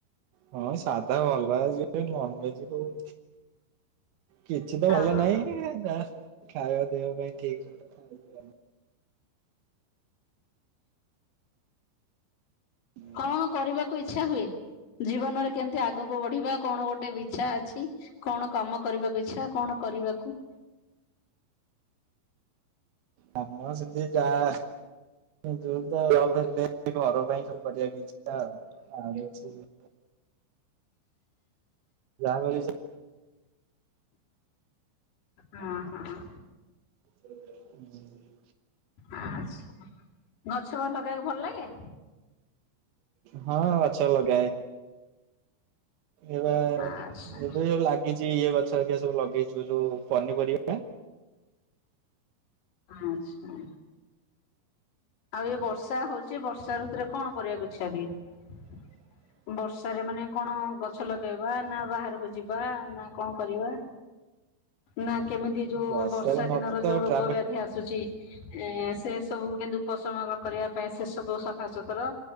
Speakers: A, on the right; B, on the left.
A: ହଁ ସାଧା ଭଲ ଯିବେ ନନ ଭେଜ କୋଉ କିଛି ତ
B: ହଁ
A: ଭଲ ନାହିଁ ଯାହା ଖାଇବା ପିବା ପାଇଁ ଠିକ। ଖାଇବା ଆଉ।
B: କଣ କରିବାକୁ ଇଚ୍ଛା ହୁଏ ଜୀବନରେ କେମତି ଆଗକୁ ବଢିବା କଣ ଗୋଟେ ବି ଇଛା ଅଛି। କଣ କାମ କରିବାକୁ ଇଚ୍ଛା କଣ କରିବାକୁ?
A: ହମ ସେମତି ଯାଆ ଜୋର ତ <unintelligible> ହେ ଘର ପାଇଁ ସବୁ କରିବାକୁ ଇଛା ଆଉ। <unintelligible> ଯାହା କରିବେ ସେ
B: ହଁ ହଁ।
A: ହୁଁ।
B: ଆ ସ ଗଛ ସବୁ ଲଗେଇବାକୁ ଭଲ ଲାଗେ।
A: ହଁ ଗଛ ଲଗାଏ। ଏବେ
B: ଆଚ୍ଛା
A: ଯେବେ ଲାଗ କିଛି ଇଏ ଗଛ ହେରିକା ସବୁ ଲଗେଇଛୁ ପନିପରିବା।
B: ଆଚ୍ଛା। ଆଉ ଇଏ ବର୍ଷା ହଉଛି ବର୍ଷା ଋତୁରେ କଣ କରିବାକୁ ଇଛା ହୁଏ?
A: <inaudible>
B: ବର୍ଷାରେ ମାନେ କଣ ଗଛ ଲଗେଇବା ନା ବାହାରକୁ ଯିବା ନା କଣ କରିବା? ନା କେମିତି ଯୋଉ
A: ବର୍ଷାରେ
B: ବର୍ଷା
A: ମତେ
B: ଦିନର
A: ତ
B: ଯୋଉ ରୋଗ
A: ଟ୍ରାଭେ
B: ବ୍ୟାଧି ଆ ସୁଛି ଏ ସେ ସବୁ କିନ୍ତୁ ଉପସମ କରିବା ପାଇଁ ସେ ସବୁ ସଫାସୁତୁରା